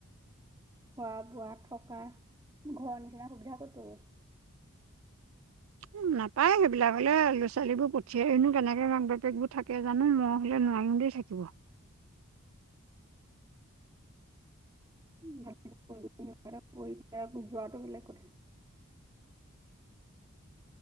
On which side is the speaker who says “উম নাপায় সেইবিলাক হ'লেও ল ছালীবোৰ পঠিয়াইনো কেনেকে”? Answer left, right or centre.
Right